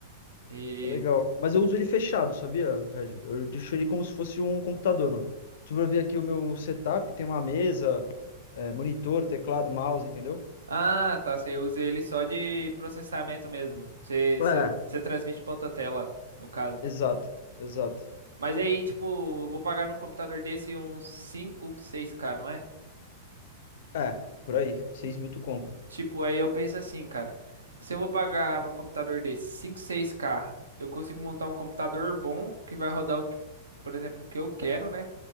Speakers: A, on the right; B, on the left.
A: E.
B: É legal. Mas eu uso ele fechado, sabia, Regis? Eu deixo ele como se fosse um computador, mano. Tu vai ver aqui o meu setup, tem uma mesa, é, monitor, teclado, mouse, entendeu?
A: Ah, tá. Você usa ele só de processamento mesmo. Você,
B: É.
A: você, você transmite pra outra tela, no caso.
B: Exato, exato.
A: Mas aí, tipo, eu vou pagar num computador desse uns cinco seis k não é?
B: É, por aí. seis mil tu compra.
A: Tipo, aí eu penso assim, cara. Se eu vou pagar num computador desse cinco seis k eu consigo montar um computador bom que vai rodar, o que- por exemplo, o que eu quero, né?